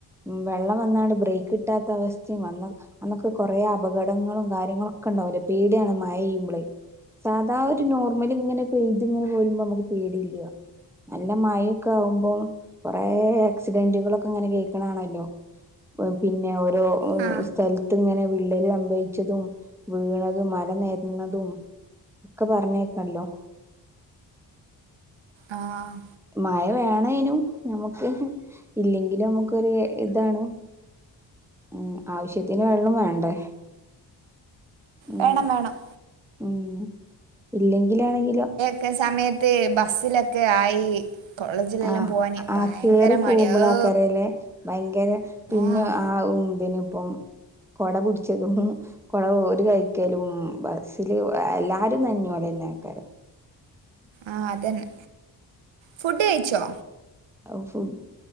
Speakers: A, in the centre; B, on the right.
A: ഉം വെള്ളം വന്നാണ്ട് ബ്രേയ്ക്കിട്ടാത്ത അവസ്ഥിം വന്ന അന്നൊക്കെ കൊറേ അപകടങ്ങളും കാര്യങ്ങളു ഒക്കെ ഉണ്ടാവൂലെ പേടിയാണ് മഴ പെയ്യുമ്പളേ സാധാ ഒരു നോർമലിങ്ങനെ പെയ്തിങ്ങനെ പോരുമ്പോ നമക്ക് പേടില്ല നല്ല മഴൊക്കാകുമ്പോം കൊറെ ആക്സിഡന്റുകളൊക്കെ ങ്ങനെ കേൾക്കണതാണല്ലോ പിന്നെ ഓരോ
B: ആ
A: സ്ഥലത്ത് ഇങ്ങനെ വിള്ളല് സംഭവി ച്ചതും വീണതും മല നെരന്നതും ഒക്കെ പറഞ്ഞേട്ടല്ലോ
B: ആഹ്
A: മഴ വേണേനും നമുക്ക് ഇല്ലെങ്കിലും മ്ക്കൊരിതാണ് ഉം ആവശ്യത്തിന് വെള്ളം വേണ്ടെ ഉം
B: വേണം വേണം
A: ഉം ഇല്ലെങ്കിലാണെങ്കിലോ
B: ക്കെ സമയത്ത് ബസ്സിലൊക്കെ ആയി കോളേജിലെല്ലാം
A: ആഹ്
B: പോവാന്
A: ആഹ്
B: ഭയങ്കര
A: കേറി
B: മടിയാ
A: പോകുമ്പളാ
B: ഓ
A: കരേലെ ഭയങ്കര പിന്നെ
B: ആഹ്
A: ആ ഉം തിനിപ്പം കൊടപടിച്ചതും കൊട ഒരു കയ്ക്കലും ബസ്സില് എല്ലാരും നനഞ്ഞോലെന്നെയ്ക്കാരം
B: ആഹ് അതന്നെ. ഫുഡ് കയ്ച്ചോ
A: ആഹ് ഫു